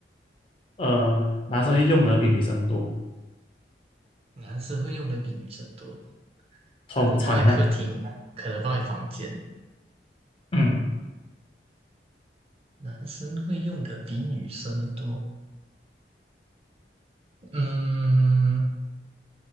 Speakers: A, on the left; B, on the right.
A: 呃，男生会用的比女生多，
B: 男生会用的比女生多，
A: 通常呢，
B: 可能放在客厅，可能放在房间。
A: 嗯，
B: 男生会用的比女生多，嗯，